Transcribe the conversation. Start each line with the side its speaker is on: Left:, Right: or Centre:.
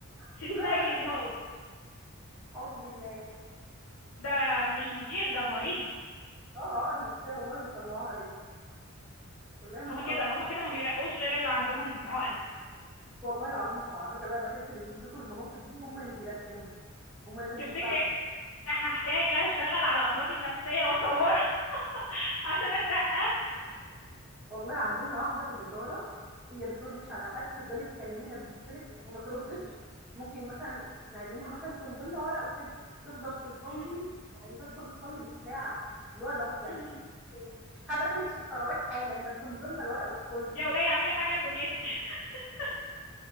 Left: مش
Centre: <laughs>
Left: السيد
Centre: اللي هو يا أخي
Left: هو
Centre: اعوذ بالله
Left: ده مش مدير ده مريض
Centre: اه عقد نفسيه والله بيطلعوها علينا والله مش
Left: هما كده
Centre: ناقصه
Left: هما كده ما بيرقوش غير اللي عندهم عقد
Centre: والله العظيم اه على فكره بقى بحس اللي بيمسكوا المناصب دي هم اللي بيرخموا هم الناس
Left: تفتكري
Centre: اللي بتعرف
Left: هحتاج اشتغل على امراضي النفسية واطورها <laughs> عشان اترقى
Centre: والله عندنا واحدة في الإدارة هي بتردش على حد تفضلي تكلميها تبصلك وما تردش ممكن مثلا احنا عايزينها مثلا تمضي لنا ورق وكده تفضل تصلي
Left: مهم.
Centre: يعني تدخل تصلي بالساعة اللي هو ده يعني
Left: مهم.
Centre: <laughs> في إيه؟ حبكتش التراويح حالا ما تمضي لنا الورق وادخلي
Left: يا ولاية اعملي حاجة لدنيتك <laughs>